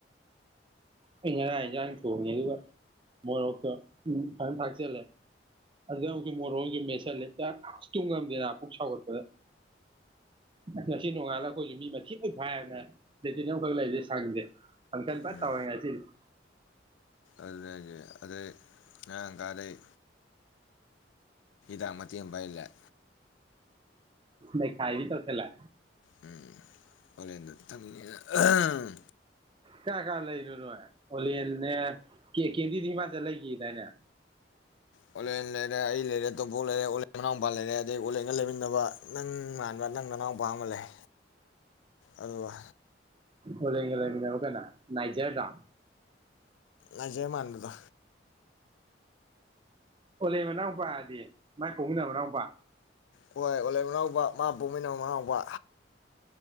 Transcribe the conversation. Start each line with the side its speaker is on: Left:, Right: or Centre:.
Right: ꯑꯩ ꯉꯔꯥꯡ ꯌꯦꯟꯖꯥꯡ ꯊꯣꯡꯉꯦ ꯑꯗꯨꯒ ꯃꯣꯔꯣꯛꯇꯣ ꯐꯖꯅ ꯊꯥꯛꯆꯜꯂꯦ ꯑꯗ ꯃꯨꯛꯁꯨ ꯃꯣꯔꯣꯛ ꯑꯃ ꯃꯦꯠ ꯇꯣꯏꯂꯦꯠꯇ ꯇꯨꯝꯉꯝꯗꯦꯅ ꯄꯨꯛ ꯁꯥꯎꯒꯠꯄꯗ ꯉꯁꯤ ꯅꯣꯡꯉꯥꯜꯂꯛꯄꯒꯤ ꯃꯈꯣꯏꯁꯨ ꯃꯤ ꯃꯊꯤ ꯂꯣꯏ ꯐꯥꯏꯗꯅ ꯂꯦꯇꯤꯟ ꯑꯃꯈꯛ ꯂꯩꯔꯤꯁꯦ ꯁꯪꯗꯦ ꯐꯪꯁꯟ ꯐ
Left: ꯎꯝ
Right: ꯇꯧꯔꯦ ꯉꯁꯤ ꯇꯤꯟ
Left: ꯑꯗꯨꯅꯦ ꯍꯥꯏꯖꯦ ꯑꯗꯩ ꯉꯔꯥꯡ ꯀꯥꯗꯩ ꯉꯔꯥꯡ ꯃꯇꯦꯛ ꯑꯃ <unintelligible>
Right: ꯅꯩꯈꯥꯏꯕꯤ ꯇꯧꯁꯤꯜꯂꯦ
Left: ꯎꯝ ꯑꯣꯂꯦꯟꯗ ꯊꯛꯅꯤꯡꯑꯦꯅ ꯑꯍꯝ
Right: ꯀꯅꯥ ꯀꯅꯥ ꯂꯩꯅꯣ ꯑꯣꯂꯦꯟꯅꯦ ꯀꯦ ꯀꯦꯖꯤꯗꯤ ꯍꯤꯃꯁꯗ ꯂꯩꯈꯤꯗꯥꯥꯏꯅꯦ
Left: ꯑꯣꯂꯦꯟ ꯂꯩꯔꯦ ꯑꯩ ꯂꯩꯔꯦ ꯇꯣꯄꯣꯛ ꯂꯩꯔꯦ ꯑꯣꯟꯂꯦꯟ ꯃꯅꯥꯎ ꯅꯨꯄꯥ ꯂꯩꯔꯦ ꯑꯗꯩ ꯑꯣꯂꯦꯟꯒ ꯂꯩꯃꯤꯟꯅꯕ ꯅꯪ ꯃꯥꯟꯕ ꯅꯪ ꯃꯅꯥꯎ ꯃꯨꯄꯥ ꯑꯃ ꯂꯩ ꯑꯗꯨꯒ
Right: ꯑꯣꯂꯦꯟꯒ ꯂꯩꯃꯤꯟꯅꯕ ꯀꯅꯥ ꯅꯥꯏꯒꯦꯔ ꯗꯣ
Left: ꯅꯥꯏꯒꯦꯔ ꯃꯥꯟꯕꯗꯣ
Right: ꯑꯣꯂꯦꯟ ꯃꯅꯥꯎꯄꯥꯗꯤ ꯃꯥꯏ ꯄꯣꯀꯃꯤꯟꯅꯕ ꯃꯅꯥꯎꯄꯥ
Left: ꯍꯣꯏ ꯑꯣꯂꯦꯟ ꯃꯅꯥꯎꯕ ꯃꯥꯏ ꯄꯣꯛꯃꯤꯟꯅꯕ ꯃꯅꯥꯎꯕ